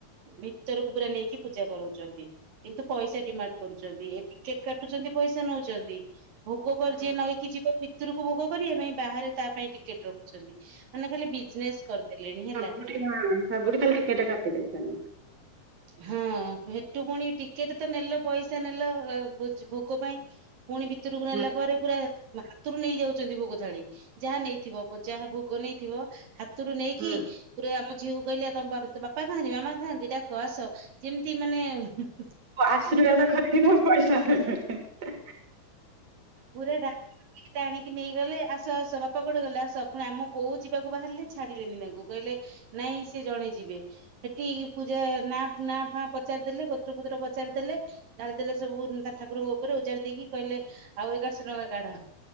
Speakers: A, on the right; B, on the right.
A: ଭିତରକୁ ପୁରା ନେଇକି ପୂଜା କରଉଛନ୍ତି କିନ୍ତୁ ପଇସା ଡିମାଣ୍ଡ କରୁଛନ୍ତି। କାଟୁଛନ୍ତି ପଇସା ନଉଛନ୍ତି। ଭୋଗ ପରେ
B: ହଁ
A: ଯିଏ ନଇକି ଯିବ ଭିତରୁ ଭୋଗ କରିବା ପାଇଁ ବାହାରେ ତା ପାଇଁ ଟିକେଟ ରଖୁଛନ୍ତି। ମାନେ ଖାଲି ବିଜନେସ କରି ଦେଲେଣି ହେଲା।
B: ସବୁଠି ହଁ ସବୁଟି ଖାଲି ଟିକେଟ କାଟି ଦେଉଛନ୍ତି।
A: ହଁ ହେଠୁ ପୁଣି ଟିକେଟ ତ ନେଲ ପଇସା ନେଲ ଭୋଜ ଭୋଗ ପାଇଁ। ପୁଣି ଭିତରକୁ ନେଲା
B: ହଁ
A: ପରେ ପୁରା ହାତରୁ ନେଇ ଯାଉଛନ୍ତି ଭୋଗ ଥାଳି ଯାହା ନେଇଥିବ ଯାହା ଭୋଗ ନେଇଥିବ ହା ହାତରୁ ନେଇକି
B: ହଁ।
A: ପୁରା ଆମ ଝିଅକୁ କହିଲେ ତମ ବାପା କହନ୍ତି ମାମା କହନ୍ତି ଡାକେ। କ ଆସ ଯେମିତି ମାନେ ହୁଁ
B: ଆଶୀର୍ବାଦ କାରୀଥିବେ ପଇସା ହଁ ହଁ ହଁ।
A: ପୁରୁରା ଡ଼ା ଏଟା ଆଣିକି ନେଇଗଲେ ଆସ ଆସ ବାପା କୋଡେ ଗଲେ ଆସ ପୁଣି ଆମ ବୋଉ ଯିବାକୁ ବାହାରିଲେ ଛାଡିବେନି ତାଙ୍କୁ କହିଲେ? ନାଇଁ ସେ ଜଣେ ଯିବେ। ସେଠି ପୂଜା ନା ନାଁ ଫା ପଚାରିଦେଲେ ଗୋତ୍ରପତ୍ର ପଚାରିଦେଲେ। ଡାଳିଦେଲେ ସବୁ ତା ଠାକୁରଙ୍କ ଉପରେ ଉଜାରି ଦେଇକି କହିଲେ ଆଉ ଏଗାରଶହ ଟଙ୍କା କାଡ଼।